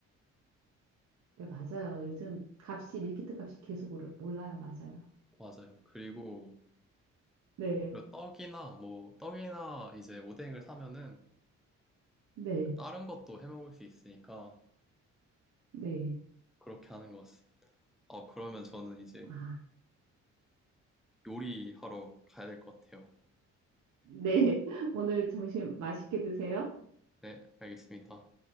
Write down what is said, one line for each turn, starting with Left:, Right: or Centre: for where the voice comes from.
Right: 네, 맞아요. 요즘 값이, 밀키트 값이 계속 오르- 올라요. 맞아요.
Centre: 맞아요. 그리고
Right: 네,
Centre: 그 떡이나 뭐 떡이나 이제 오뎅을 사면은
Right: 네,
Centre: 그 다른 것도 해 먹을 수 있으니까
Right: 네.
Centre: 그렇게 하는 것 같습니다. 아, 그러면 저는 이제
Right: 아,
Centre: 요리하러 가야 될 것 같아요.
Right: 네. <laughs> 오늘 점심 맛있게 드세요.
Centre: 네, 알겠습니다.